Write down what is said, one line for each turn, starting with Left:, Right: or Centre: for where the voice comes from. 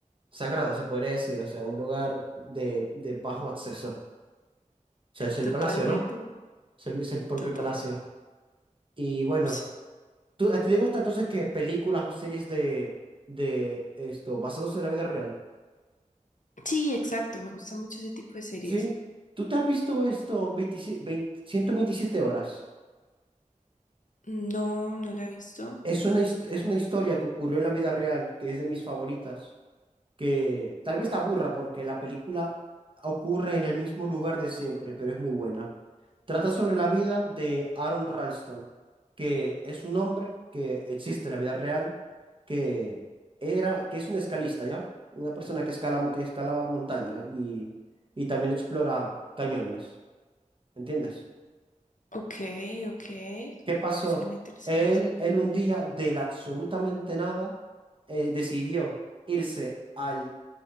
Right: sagrado, se podría decir, o sea, un lugar de, de bajo acceso. O sea, es el
Left: totalmente,
Right: palacio, ¿no? Es el, es el propio
Left: total.
Right: palacio. Y bueno,
Left: Sí,
Right: ¿tú, a ti te gusta entonces que películas o series de, de esto, basados en la vida real?
Left: sí, exacto, me gusta mucho ese tipo de series.
Right: ¿Sí? ¿Tú te has visto esto 27, 127 horas?
Left: No, no la he visto.
Right: Es una, hist- es una historia que ocurrió en la vida real, que es de mis favoritas. que tal vez te aburra porque la película ocurre en el mismo lugar de siempre, pero es muy buena. Trata sobre la vida de Aaron Ralston, que es un hombre que existe en la vida real, que era, que es un escalista, ¿ya? Una persona que escala, que escala montaña y, y también explora cañones, ¿entiendes?
Left: Ok, ok.
Right: ¿Qué pasó?
Left: Suena interesante.
Right: Él, él un día del absolutamente nada eh, decidió irse al